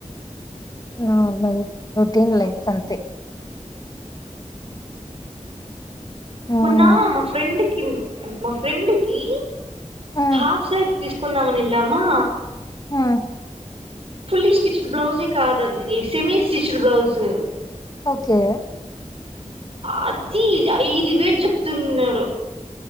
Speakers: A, on the left; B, on the right.
A: నార్మల్ రొటీన్ లైఫ్ అంతే మ్మ్
B: మొన్నా మా ఫ్రెండ్కి కిమ్ మా ఫ్రెండ్ కి
A: మ్మ్
B: హాఫ్ సారీ తీసుకుందామని వెళ్ళామా?
A: ఆ
B: ఫుల్లీ స్టిచడ్ బ్లౌజే కాదది సెమి స్టిచడ్ బ్లౌజు
A: ఓకే
B: ఆ అది ఐదు వేలు చెప్తున్నాడు.